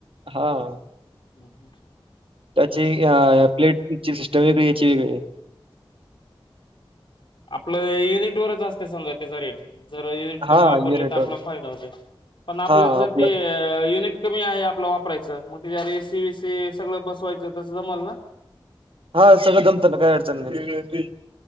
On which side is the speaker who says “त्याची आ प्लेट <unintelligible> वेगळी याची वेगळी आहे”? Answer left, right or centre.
Right